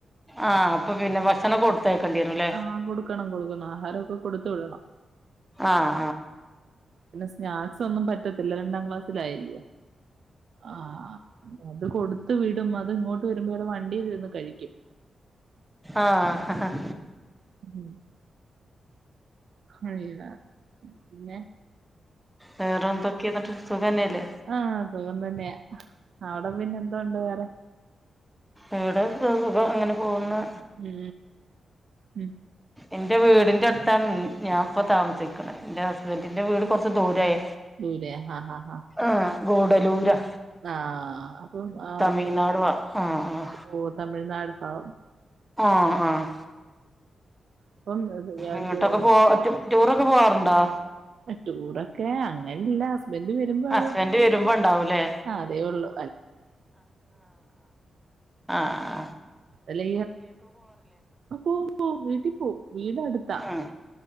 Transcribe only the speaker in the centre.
ആഹ് അപ്പൊ പിന്നെ ഭക്ഷണം കൊ ത്തയക്കണ്ടി വരും ല്ലേ
ആഹ്
ആഹ് ഹ ഹ
വേറെ എന്തൊക്കെ ന്നിട്ട് സുഖന്നെല്ലേ
ഇവിടെ സുഖം ഇങ്ങനെ പോവ്ന്ന്
എന്റെ വീടിന്റെ അട്ത്താണ് ഞാൻ ഇപ്പൊ താമസിക്ക്ണ് ഇന്റെ ഹസ്ബന്റിന്റെ വീട് കൊറച്ച് ദൂരായ
ആഹ് ഗൂഡലൂരാ
തമിഴ്നാട് ഭാ ആഹ് ആഹ്
ആഹ് ആഹ്
ഇങ്ങോട്ടൊക്കെ പോവറ്റും റ്റൂറൊക്കെ പോവാർണ്ടോ
ഹസ്ബൻഡ് വരുമ്പോ ഉണ്ടാവൂലേ
ആ ആ
ഉം